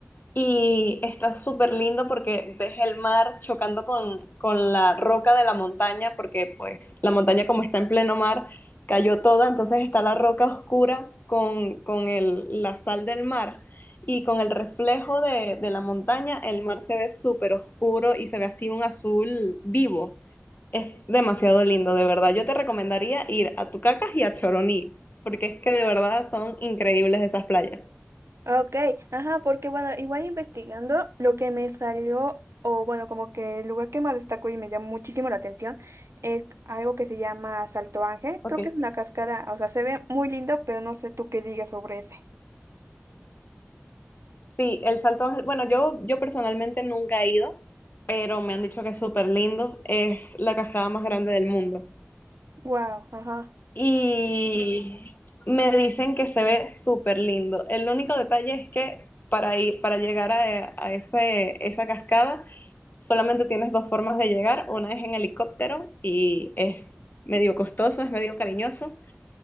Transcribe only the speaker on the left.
y está súper lindo porque ves el mar chocando con, con la roca de la montaña, porque pues la montaña como está en pleno mar, cayó toda, entonces está la roca oscura con, con el, la sal del mar y con el reflejo de, de la montaña, el mar se ve súper oscuro y se ve así un azul vivo. Es demasiado lindo, de verdad. Yo te recomendaría ir a Tucacas y a Choroní, porque es que de verdad son increíbles esas playas.
Ok.
Sí, el Salto Ángel. Bueno, yo, yo personalmente nunca he ido, pero me han dicho que es súper lindo. Es la cascada más grande del mundo.
Y me dicen que se ve súper lindo. El único detalle es que para ir, para llegar a, a ese, esa cascada, solamente tienes dos formas de llegar. Una es en helicóptero y es medio costoso, es medio cariñoso.